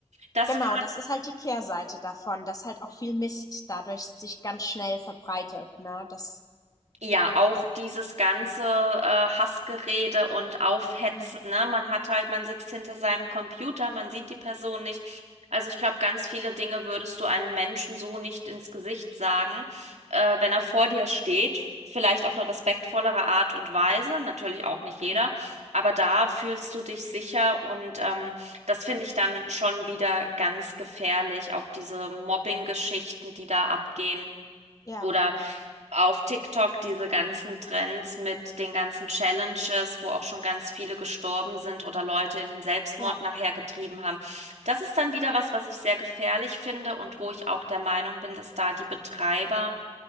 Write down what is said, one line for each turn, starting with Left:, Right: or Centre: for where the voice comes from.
Right: Das
Left: genau,
Right: kann
Left: das ist halt die Kehrseite davon, dass halt auch viel Mist dadurch sich ganz schnell verbreitet, ne? Das,
Right: Ja, auch dieses ganze äh, Hassgerede und Aufhetzen,
Left: mhm.
Right: ne? Man hat halt, man sitzt hinter seinem Computer, man sieht die Person nicht. Also ich glaube, ganz viele Dinge würdest du einem Menschen so nicht ins Gesicht sagen, äh, wenn er vor dir steht. Vielleicht auf eine respektvollere Art und Weise, natürlich auch nicht jeder,
Left: Mhm.
Right: aber da fühlst du dich sicher und ähm, das finde ich dann schon wieder ganz gefährlich, auch diese Mobbing-Geschichten, die da abgehen.
Left: ja,
Right: oder auf TikTok diese ganzen Trends mit den ganzen Challenges, wo auch schon ganz viele gestorben sind oder Leute in den Selbstmord
Left: ja.
Right: nachher getrieben haben. Das ist dann wieder was, was ich sehr gefährlich finde und wo ich auch der Meinung bin, dass da die Betreiber